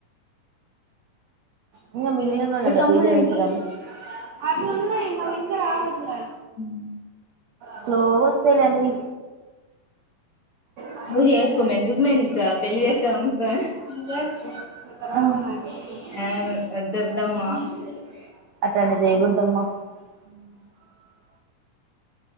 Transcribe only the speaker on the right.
ఇంగ మిగిలిందంట
పి జీ అనుసరాలు అదిన్నాయ్ నావింగ రావట్లే
స్లో గోస్తేయ్ లే అన్ని అ
అ
చెత్త
అటాంటివి జైకుడదమ్మ